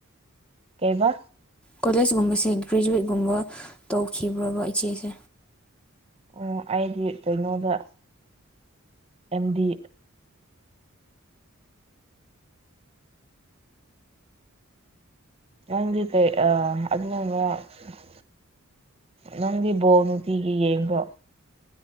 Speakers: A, on the right (about 25°); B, in the centre.
A: ꯀꯩꯕ
B: ꯀꯣꯂꯦꯖꯀꯨꯝꯕꯁꯦ ꯒ꯭ꯔꯦꯖꯨꯋꯦꯠ ꯒꯨꯝꯕ ꯇꯧꯈꯤꯕ꯭ꯔꯕ ꯏꯆꯦꯁꯦ
A: ꯑꯣ ꯑꯩꯗꯤ ꯀꯩꯅꯣꯗ ꯑꯦꯝꯗꯤ ꯅꯪꯗꯤ ꯀꯩ ꯑ ꯑꯗꯨꯅꯅ <unintelligible> ꯅꯪꯗꯤ ꯕꯣꯜ ꯅꯨꯡꯇꯤꯒꯤ ꯌꯦꯡꯕ꯭ꯔꯣ